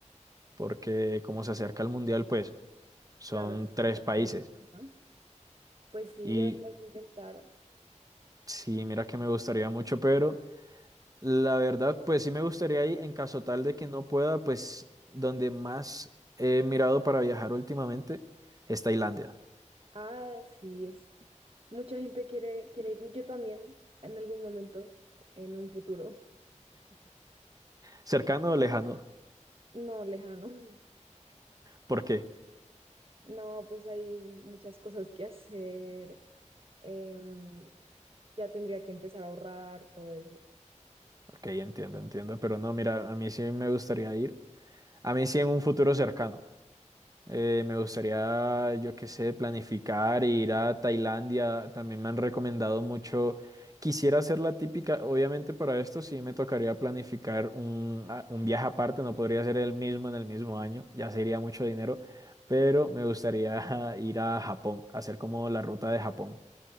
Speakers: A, on the right (about 30°); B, on the right (about 50°).
A: porque como se acerca el mundial, pues son
B: Claro.
A: tres
B: todo
A: países
B: el mundo- Ajá. Pues sí,
A: y
B: deberías intentar.
A: sí, mira que me gustaría mucho, pero La verdad, pues sí me gustaría ir en caso tal de que no pueda, pues donde más he mirado para viajar últimamente es Tailandia.
B: Ah, sí, es. Mucha gente quiere, quiere ir. Yo también, en algún momento, en un futuro.
A: Cercano o lejano,
B: No, lejano. <laughs>
A: ¿por qué?
B: No, pues hay muchas cosas que hacer. em, ya tendría que empezar a ahorrar todo eso.
A: Ok, entiendo, entiendo, pero no, mira, a mí sí me gustaría ir, a mí sí en un futuro cercano. Eh, me gustaría, yo qué sé, planificar, e ir a Tailandia. También me han recomendado mucho. Quisiera hacer la típica, obviamente para esto sí me tocaría planificar un, a- un viaje aparte, no podría ser el mismo en el mismo año, ya sería mucho dinero, pero me gustaría <laughs> ir a Japón, hacer como la ruta de Japón.